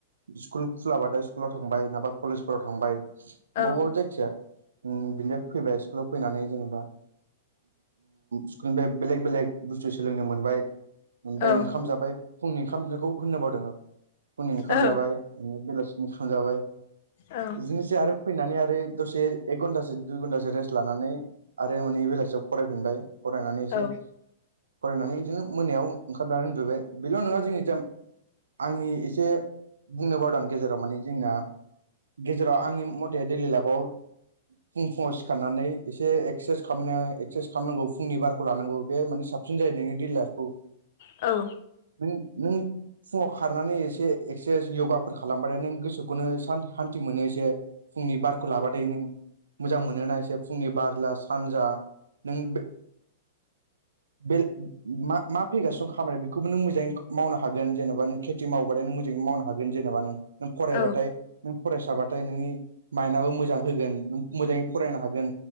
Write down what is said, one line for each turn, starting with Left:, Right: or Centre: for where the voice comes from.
Right: स्कुल खुलाबाथाय स्कुलाव थांबाय नाबा कलेजफोराव थांबाय बबेबेा
Left: औ
Right: जायखिया बिनिफ्राय फैबाय स्कुलाव फैनानै जेनेबा स्कुलनिफ्राय बेलेग बेलेग बुस्थु सोलोंनो मोनबाय ओमफ्राय
Left: औ
Right: ओंखाम जाबाय फुंनि ओंखामखौ होननो बावदों फुंनि ओंखाम
Left: औ
Right: जाबाय नो बेलासिनि थांजाबाय
Left: औ औ
Right: बिदिनो एसे आरो फैनानै आरो दसे एक घन्टासो दुइ घन्टासो रेस्ट लानानै आरो माने बेलासियाव फरायफिनबाय फरायनानै एसे
Left: औ औ
Right: फरायनानै बिदिनो मोनायाव ओंखारनानै उनदुबाय बेल' नङा जोंनि जा आंनि एसे बुंनो बावदां गेजेराव माने जोंना गेजेराव आंनि मथे दैलि लाइफआव फुं फुुंवाव सिखारनानै एसे एक्सारसाइस एकसारसाइस खालामनांगौ फुंनि बारखौ लानांगौ बे मान साफ <unintelligible>
Left: औ
Right: नों नों फुङाव खारनानै एसे एक्सारसाइस य'गाफोर खालामबाथाय नों गोसोखौनो सान्थि मोनो एसे फुंनि बारखौ लाबाथाय नों मोजां मोनो ना एसे फुंनि बारला सानजा नों बे बेल मा मा फैगासिनो खामानि बे बेबो नों मोजाङै मावनो हागोन जेनेबा नों खेथि मावबाानो नों मोजाङै मावनो हागोन जेनेबा नों नों फरायबाथाय
Left: औ
Right: नों फरायसाबाथाय नोंनि माइन्दआबो मोजां होगोन नों मोजाङै फरायनो हागोन